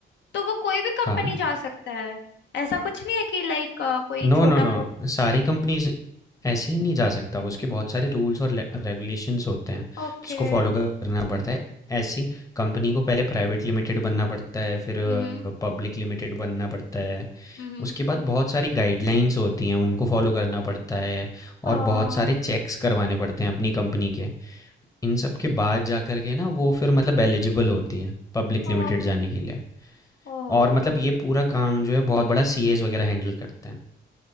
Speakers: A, on the left (about 65°); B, on the left (about 15°).
A: तो वो कोई भी कंपनी
B: हाँ।
A: जा सकता है ऐसा कुछ नहीं है कि लाइक कोई
B: नो,
A: छोटा
B: नो, नो
A: मोटा
B: सारी कंपनीज़ ऐसे ही नहीं जा सकता, उसके बहुत सारे रूल्स और ले रेगुलेशंस होते हैं,
A: ओके
B: जिसको फॉलो करना पड़ता है। ऐसी कंपनी को पहले प्राइवेट लिमिटेड बनना पड़ता है, फिर
A: हम्म
B: पब्लिक लिमिटेड बनना पड़ता है।
A: हम्म
B: उसके बाद बहुत सारी गाइडलाइंस होती हैं, उनको फॉलो करना पड़ता है और
A: ओ
B: बहुत सारे चेक्स करवाने पड़ते हैं अपनी कंपनी के। इन सब के बाद जाकर के ना वो फिर मतलब एलिजिबल होती है पब्लिक
A: ओ
B: लिमिटेड जाने के लिए
A: ओ
B: और मतलब ये पूरा काम जो है बहुत बड़ा सीएज वगैरह हैंडल करते हैं।